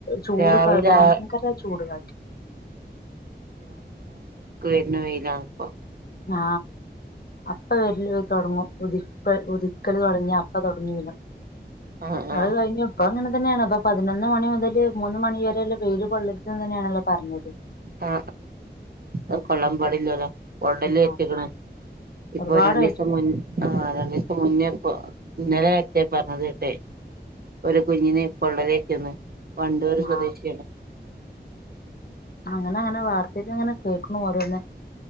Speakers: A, on the left; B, on the right.
A: ചൂട്
B: രാവിലെ
A: ഭയങ്കര
B: ആ
A: ചൂട് കാറ്റ്
B: വെർന വെയിലാണിപ്പ
A: ആ അപ്പ വരില് തൊടങ്ങും ഉതിപ്പ ഉതിക്കൽ തുടങ്ങിയ അപ്പ തുടങ്ങ വനും
B: ആഹ് ആഹ്
A: അത് കഴിഞ്ഞിപ്പങ്ങനെ തന്നെയാണ് അപ്പൊ പതിനൊന്ന് മണി മുതല് മൂന്ന് മണി വരെയല്ല വെയില് കൊള്ളരുതന്ന് തന്നെയാണല്ലോ പറഞ്ഞത്
B: ആ ആ കൊള്ളാൻ പാടില്ലല്ലോ ഉടല്
A: ആഹ്
B: വെച്ചക്കണ് ഇപ്പൊ
A: ഒരുപാട്
B: രണ്ടീസം
A: പറ്റും.
B: മുൻ ആ രണ്ടീസം മുന്നേ പൊ ഇന്നലെ എട്ടെ പറഞ്ഞത് കേട്ടെ ഒരു കുഞ്ഞിന് പൊള്ളലേറ്റ്ന്ന് വണ്ടൂര്
A: ആ
B: സ്വദേശിയണ്
A: അങ്ങനെ അങ്ങനെ വാർത്തക്ക് അങ്ങനെ കേൾക്കണ ഓരോന്നെ